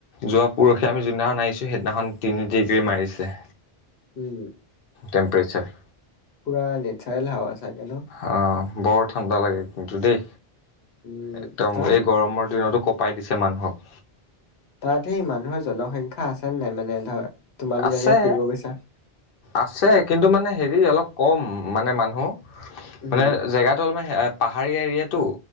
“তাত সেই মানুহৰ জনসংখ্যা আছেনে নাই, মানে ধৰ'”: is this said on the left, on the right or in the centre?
Left